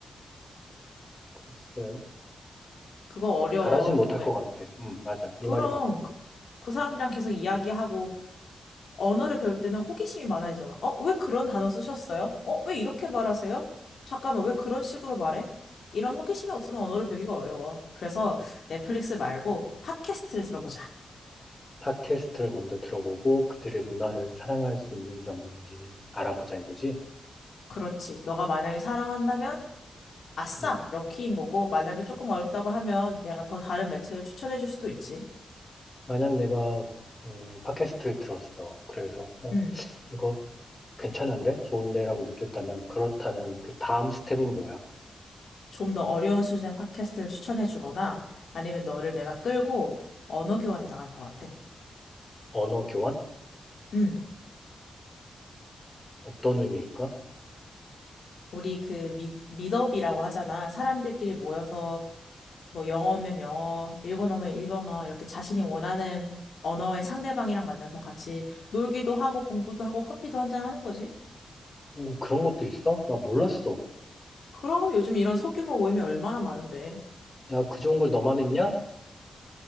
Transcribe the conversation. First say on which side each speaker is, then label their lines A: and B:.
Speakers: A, on the left (about 30°); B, on the left (about 70°).
A: 글쎄,
B: 그거 어려워.
A: 잘하진 못할
B: 왜?
A: 것 같아. 응, 맞아. 네
B: 그럼
A: 말이 맞아.
B: 그, 그 사람들이랑 계속 이야기하고 언어를 배울 때는 호기심이 많아지잖아. 어, 왜 그런 단어 쓰셨어요? 어, 왜 이렇게 말하세요? 잠깐만, 왜 그런 식으로 말해? 이런 호기심이 없으면 언어를 배우기가 어려워. 그래서
A: 음.
B: 넷플릭스 말고 팟캐스트를 들어보자.
A: 팟캐스트를 먼저 들어보고 그들의 문화를 사랑할 수 있는지 없는지 알아보자 이거지?
B: 그렇지. 너가 만약에 사랑한다면 아싸,
A: 음.
B: 럭키인 거고, 만약에 조금 어렵다고 하면 내가 더 다른 매체를 추천해 줄 수도 있지.
A: 만약 내가 음, 팟캐스트를 들었어. 그래서 어,
B: 음,
A: 이거 괜찮은데? 좋은데라고 느꼈다면, 그렇다면 그 다음 스텝은 뭐야?
B: 좀 더 어려운 수준의 팟캐스트를 추천해 주거나 아니면 너를 내가 끌고 언어 교환에 나갈 것 같아.
A: 언어 교환?
B: 음.
A: 어떤 의미일까?
B: 우리 그 미, 미덥이라고 하잖아. 사람들끼리 모여서 뭐 영어면 영어, 일본어면 일본어 이렇게 자신이 원하는 언어의 상대방이랑 만나서 같이 놀기도 하고 공부도 하고 커피도 한잔 하는 거지.
A: 오, 그런 것도 있어? 나 몰랐어.
B: 그럼 요즘 이런 소규모 모임이 얼마나 많은데.
A: 야, 그 좋은 걸 너만 했냐?